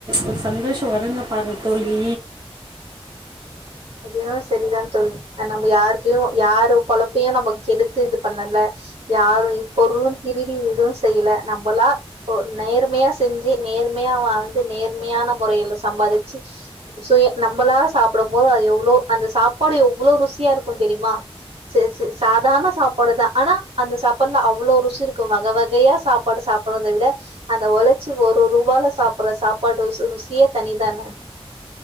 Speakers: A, on the right (about 45°); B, on the right (about 75°).
A: ஒரு சந்தோஷம் வருங்க பாரு தோழி
B: அப்பயும் செரிதான் தோழி நம்ம யாருக்கு யாரு பொலப்பியும் நம்ம கெடுத்து இது பண்ணல யாரும் இப்பொருளும் திருடி இதுவும் செய்யல நம்மளா ஓ நேர்மையா செஞ்சி நேர்மையா வாழ்ந்து நேர்மையான முறையில சம்பாதிச்சி சுய நம்பளா சாப்பிடும் போது அது எவ்ளோ அந்த சாப்பாடு எவ்ளோ ருசியா இருக்கும் தெரியுமா செரி செரி சாதாரண சாப்பாடு தான் ஆனா அந்த சாப்பாடுல அவ்ளோ ருசி இருக்கும் வக வகையா சாப்பாடு சாப் போரத விட அந்த ஒழச்சி ஒரு ரூபால சாப்பற சாப்பாடு ருசியே தனிதான